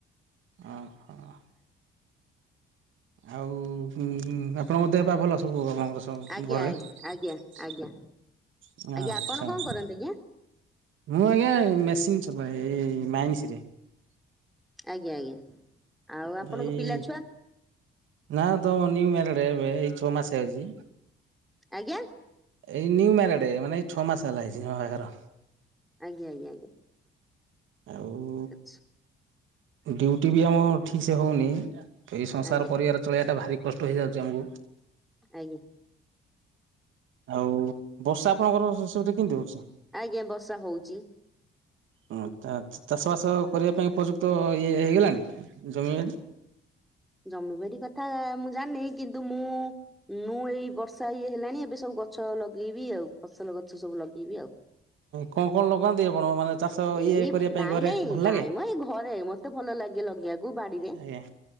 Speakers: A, on the right; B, in the centre.
A: ଅହ। ଆଉ ଉଁ ଆପଣଙ୍କ ଦେହ ପା ଭଲ? ସବୁ ବାବା ଆଙ୍କର ସବୁ
B: ଆଜ୍ଞା
A: ଘରେ
B: ଆଜ୍ଞା
A: ଆଚଛା
B: ଆଜ୍ଞା ଆଜ୍ଞା ଆଜ୍ଞା ଆପଣ କଣ
A: <unintelligible>
B: କରନ୍ତି ଆଜ୍ଞା?
A: ମୁଁ ଆଜ୍ଞା ମେସିନ୍ ଚଲାଏ ଏ ମାଇନ୍ସିରେ।
B: ଆଜ୍ଞା ଆଜ୍ଞା। ଆଉ ଆପଣଙ୍କ
A: ଏଇ
B: ପିଲା ଛୁଆ
A: ନା ତ ନିଉ ମ୍ଯାରେଡେ ଏବେ ଏଇ ଛଅ ମାସେ ହେଉଚି।
B: ଆଜ୍ଞା
A: ଏଇ ନ୍ୟୁ ମ୍ଯାରେଡେ ମାନେ ଏଇ ଛଅ ମାସ ହେଲା ହେଇଚି ଝିଅ ବାହାଘର।
B: ଆଜ୍ଞା ଆଜ୍ଞା ଆଜ୍ଞା।
A: ଆଉ
B: ଠିକ୍ ଅଛି।
A: ଡ୍ୟୁଟି ବି ଆମ ଠିକ୍ସେ ହୋଉନି। ଏଇ ସଂସାର
B: ଆଜ୍ଞା
A: ପରିବାର ଚଳେଇବାଟା ଭାରି କଷ୍ଟ ହେଇଯାଉଚି ଆମକୁ।
B: ଆଜ୍ଞା।
A: ଆଉ ବର୍ଷା ଆପଣଙ୍କର ସେ ସବୁ ପଟେ କେମିତି ହୋଉଚି?
B: ଆଜ୍ଞା ବର୍ଷା ହୋଉଚି।
A: ହଁ ଚା ଚାଷବାସ କରିବା ପାଇଁ ଉପଯୁକ୍ତ ଇଏ ହେଇଗଲାଣି ଜମି
B: ଜମିବାଡି କଥା ମୁଁ ଜାଣିନି। କିନ୍ତୁ ମୁଁ ନୁ ଏଇ ବର୍ଷା ଇଏ ହେଲାଣି ଏବେ ସବୁ ଗଛ ଲଗେଇବି ଆଉ। ଫସଲ ଗଛ ସବୁ ଲଗେଇବି ଆଉ
A: କଣ କଣ ଲଗାନ୍ତି ଆପଣ ମାନେ ଚାଷ
B: ଏଇ
A: ଇଏ କରିବା ପାଇଁ
B: ନାଇଁ
A: ଘରେ
B: ନାଇଁ
A: ଭଲ ଲାଗେ?
B: ନାଇଁ ମ ଏ ଘରେ ମ ମତେ ଭଲ ଲାଗେ ଲଗେଇବାକୁ ବାଡିରେ
A: ଆଜ୍ଞା